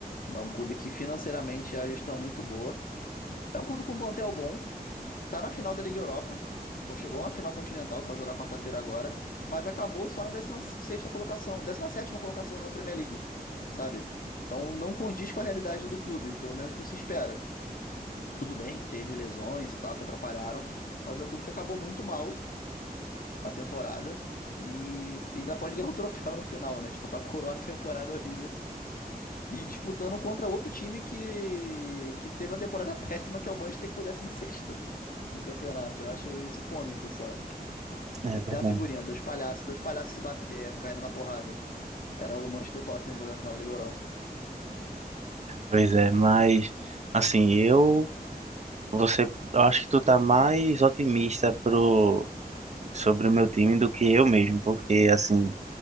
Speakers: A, on the left (about 60°); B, on the right (about 45°).
A: É um clube que financeiramente a gestão é muito boa. É um clube com um plantel bom, tá na final da Liga Europa. Então chegou a uma final continental que vai jogar quarta-feira agora, mas acabou só na décima sexta colocação, décima sétima colocação da Premier League, sabe? Então não condiz com a realidade do clube, pelo menos com o que se espera. Tudo bem que teve lesões e tal que atrapalharam, mas é um clube que acabou muito mal a temporada e ainda pode ganhar um <laughs> troféu no final, né? Tipo, pra coroar a temporada horrível. E disputando contra outro time que, que teve uma temporada <laughs> péssima, que é o Manchester, que foi o décimo sexto no campeonato. Eu acho isso cômico só.
B: É
A: Vi até
B: verdade.
A: a figurinha, dois palhaços, dois palhaços se bater, caindo na porrada. Era o Manchester e o Tottenham jogando na final da Liga Europa.
B: Pois é, mas assim, eu você eu acho que tu tá mais otimista pro sobre o meu time do que eu mesmo, porque assim,